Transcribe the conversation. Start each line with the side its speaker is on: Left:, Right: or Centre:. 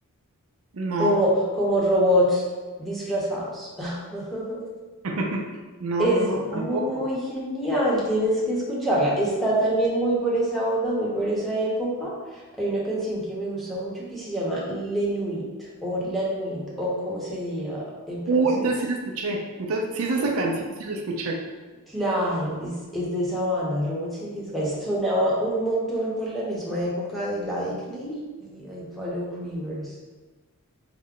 Right: No,
Centre: Como, como robots disfrazados. <laughs>
Right: <laughs> no,
Centre: Es
Right: no, no,
Centre: muy
Right: tampoco.
Centre: genial, tienes que escucharla. Está también muy por esa onda, muy por esa época. Hay una canción que me gusta mucho que se llama Le Nuit o La Nuit o como se diga en francés.
Right: Uh, entonces sí la escuché. Entonces, sí es
Centre: Sí.
Right: esa canción, sí la escuché.
Centre: Claro, es, es de esa banda, Robots in Disguise. Sonaba un montón por la misma época de Likely y I Follow Rivers.